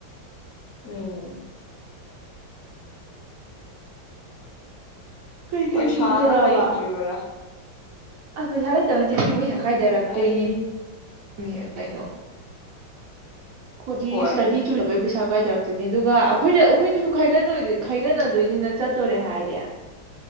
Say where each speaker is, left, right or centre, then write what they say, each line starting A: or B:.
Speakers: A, on the left (about 55°); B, on the right (about 65°).
A: ꯎꯝ
B: ꯀꯩꯀꯩ
A: ꯄꯩꯁꯥꯒ
B: ꯄꯨꯊꯔꯛꯑꯕ
A: ꯂꯩꯇ꯭ꯔꯤꯕ꯭ꯔꯥ
B: ꯑꯁ ꯄꯩꯁꯥ ꯂꯩꯇꯅꯦꯃꯤ ꯄꯩꯁꯥ ꯀꯥꯏꯗꯔꯛꯇꯣꯏꯅꯤ
A: ꯑꯩ
B: ꯃꯤ ꯀꯩꯅꯣ ꯈꯨꯒꯤ
A: ꯍꯣꯏ
B: ꯁꯇꯗꯤ ꯆꯨꯔ ꯕꯩ ꯄꯩꯁꯥ ꯀꯥꯏꯗꯔꯛꯇꯣꯏꯅꯦ ꯑꯗꯨꯒ ꯑꯩꯈꯣꯏꯗ ꯑꯩꯈꯣꯏꯅꯁꯨ ꯈꯥꯏꯒꯠꯅꫭꯏꯒꯦ ꯈꯥꯏꯒꯠꯅꯗꯣꯏꯅꯤꯅ ꯆꯠꯇꯣꯔꯦ ꯍꯥꯏꯔꯗꯤ